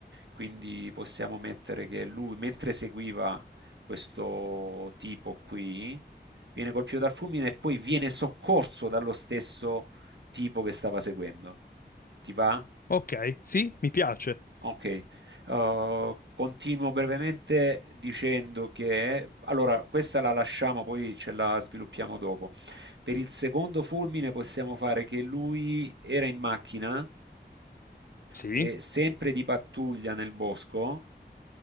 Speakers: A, on the right; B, on the left.
A: Quindi possiamo mettere che lui, mentre seguiva questo tipo qui, viene colpito dal fulmine e poi viene soccorso dallo stesso tipo che stava seguendo. Ti va?
B: ok, sì, mi piace.
A: Ok, Uh, continuo brevemente dicendo che, allora, questa la lasciamo, poi ce la sviluppiamo dopo. Per il secondo fulmine possiamo fare che lui era in macchina
B: Sì,
A: e sempre di pattuglia nel bosco.